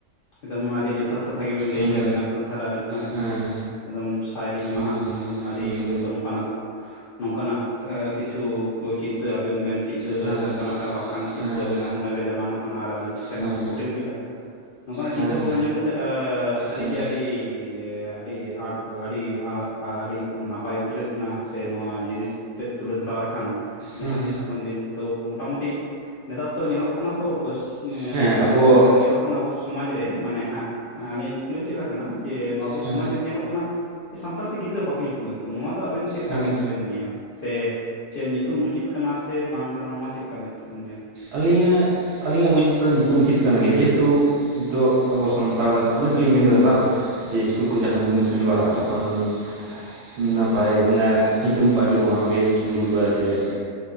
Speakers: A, on the left (about 65°); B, on the right (about 60°).
A: ᱮᱠᱫᱚᱢ ᱟᱹᱰᱤ ᱡᱚᱛᱷᱟᱛ ᱠᱟᱛᱷᱟ ᱜᱮᱵᱮᱱ ᱞᱟᱹᱭ
B: ᱦᱩᱸ
A: ᱠᱮᱜᱼᱟ ᱟᱵᱤᱱᱟᱜ ᱠᱟᱛᱷᱟ ᱨᱮ ᱟᱹᱞᱤᱧ ᱦᱚᱸ ᱮᱠᱫᱚᱢ
B: ᱦᱮᱸ
A: ᱾ ᱮᱠᱫᱚᱢ ᱥᱟᱭᱞᱤᱧ ᱮᱢᱟᱦᱟᱜ
B: ᱦᱩᱸ
A: ᱠᱟᱱᱟ ᱮᱫᱚᱢ ᱟᱹᱰᱤ
B: ᱦᱩᱸ
A: ᱦᱳᱭᱛᱚ ᱱᱚᱝᱠᱟᱱᱟᱜ ᱜᱚ ᱾ ᱱᱚᱝᱠᱟᱱᱟᱜ ᱮ ᱠᱤᱪᱷᱩ ᱠᱳᱪ ᱾ ᱪᱤᱱᱛᱟᱹ ᱟᱵᱮᱱ ᱵᱮᱱ ᱪᱤᱱᱛᱟᱹᱣ
B: ᱦᱮᱸ
A: ᱫᱟ ᱥᱮ ᱱᱚᱝᱠᱟᱱᱟᱜ ᱢᱤᱫᱴᱟᱝ ᱞᱟᱯᱷᱟᱝ ᱪᱤᱱᱛᱟᱹ
B: ᱦᱮᱸ
A: ᱟᱵᱮᱱᱟᱜ ᱢᱚᱱᱮᱨᱮ ᱡᱟᱱᱟᱢ ᱟᱠᱟᱱᱟ ᱟᱨ ᱟᱹᱞᱤᱧ ᱴᱷᱮᱱ
B: ᱦᱮᱸ
A: ᱟᱵᱮᱱ ᱾ ᱯᱷᱩᱴᱮᱞ ᱠᱮᱫᱟ ᱱᱚᱝᱠᱟᱱᱟᱜ
B: ᱦᱮᱸ
A: ᱪᱤᱱᱛᱟᱹ ᱵᱷᱟᱵᱱᱟ ᱧᱟᱢ ᱠᱟᱛᱮᱫ ᱥᱟᱹᱨᱤᱜᱮ
B: ᱦᱮᱸ
A: ᱟᱹᱰᱤ ᱾ ᱟᱹᱰᱤ ᱟᱴ ᱵᱚ ᱟᱹᱰᱤ ᱟ ᱾ ᱟᱹᱰᱤ ᱱᱟᱯᱟᱭ ᱵᱩᱡᱷᱟᱹᱜ ᱠᱟᱱᱟ ᱥᱮ ᱱᱚᱣᱟ ᱡᱤᱱᱤᱥ ᱛᱮᱫ ᱛᱩᱞᱟᱹ ᱫᱷᱚᱨᱟᱣ ᱞᱮᱠᱷᱟᱱ ᱾ ᱡᱟᱦᱟᱸ
B: ᱦᱮᱸ
A: ᱛᱤᱥ ᱦᱟᱯᱮᱱ ᱫᱤᱱ ᱛᱚ ᱢᱚᱴᱟᱢᱩᱴᱤ ᱱᱮᱛᱟᱨ ᱫᱚ ᱧᱮᱞᱚᱜ ᱠᱟᱱᱟ ᱛᱚ ᱾ ᱠᱚᱥ ᱧᱸᱮ
B: ᱦᱮᱸ ᱟᱵᱚ
A: ᱢᱮᱴᱮᱱ ᱧᱮᱞᱚᱜ ᱠᱟᱱᱟ ᱟᱵᱚ ᱥᱚᱢᱟᱡᱽ ᱨᱮ ᱾ ᱛᱮ ᱢᱟᱱᱮ ᱦᱟᱸᱜ ᱟᱞᱤᱧᱟᱜ ᱠᱩᱠᱞᱤ ᱫᱚ ᱪᱮᱫ ᱞᱮᱠᱟ ᱠᱟᱱᱟ ᱡᱮ ᱱᱚᱣᱟ ᱟᱵᱚ
B: ᱦᱮᱸ
A: ᱥᱚᱢᱟᱡᱽ ᱨᱮ ᱧᱮᱞᱚᱜ ᱠᱟᱱᱟ ᱾ ᱥᱟᱱᱛᱟᱲᱛᱮ ᱜᱤᱫᱽᱨᱟᱹ ᱵᱟᱠᱚ ᱧᱩᱛᱩᱢᱮᱫ ᱠᱚ ᱱᱚᱣᱟ ᱫᱚ ᱟᱵᱮᱱ ᱪᱮᱫ ᱞᱮᱠᱟ
B: ᱦᱮᱸ
A: ᱢᱮᱫ ᱛᱮᱵᱮᱱ ᱧᱮᱞᱟ? ᱥᱮ ᱪᱮᱫ ᱧᱤᱛᱩᱢ ᱩᱪᱤᱛ ᱠᱟᱱᱟ ᱥᱮ ᱵᱟᱝ ᱠᱟᱱᱟ ᱱᱚᱣᱟ ᱪᱮᱫ ᱞᱮᱠᱟ ᱢᱮᱸᱫ ᱛᱮᱵᱮᱱ ᱧᱮᱞᱟ?
B: ᱟᱹᱞᱤᱧᱟᱜ ᱾ ᱟᱹᱞᱤᱧᱟᱜ ᱵᱩᱡ ᱛᱮᱫᱚ ᱧᱤᱛᱩᱢ ᱩᱪᱤᱛ ᱠᱟᱱ ᱜᱮᱭᱟ ᱡᱮᱦᱮᱛᱩ ᱱᱤᱛᱚᱜ ᱟᱵᱚ ᱥᱟᱱᱛᱟᱲ ᱚᱱᱮ ᱛᱮᱞᱤᱧ ᱢᱮᱱ ᱠᱟᱫᱟ ᱵᱟᱝ ᱾ ᱡᱮ ᱤᱥᱠᱩᱞ ᱠᱚ ᱡᱟᱦᱟᱸ ᱠᱚᱵᱚᱱ
A: ᱦᱮᱸ
B: ᱥᱮᱱ ᱵᱟᱲᱟᱜᱼᱟ
A: ᱦᱮᱸ
B: ᱛᱚᱠᱷᱚᱱ ᱾ ᱱᱟᱯᱟᱭ ᱚᱱᱮ ᱧᱤᱛᱩᱢ ᱠᱚ ᱟᱸᱡᱚᱢᱚᱜᱼᱟ ᱵᱮᱥ ᱵᱩᱡᱩᱜᱼᱟ ᱡᱮ ᱾